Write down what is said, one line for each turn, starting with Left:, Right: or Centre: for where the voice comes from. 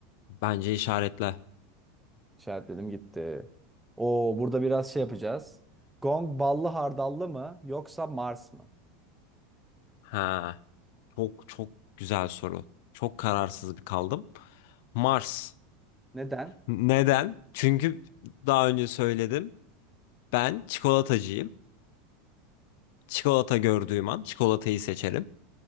Left: Bence işaretle.
Centre: İşaretledim gitti. Oo burada biraz şey yapacağız. Gong ballı hardallı mı yoksa Mars mı?
Left: Ha, çok çok güzel soru. Çok kararsız bir kaldım. Mars.
Centre: Neden?
Left: Neden? Çünkü daha önce söyledim. Ben çikolatacıyım. Çikolata gördüğüm an çikolatayı seçerim.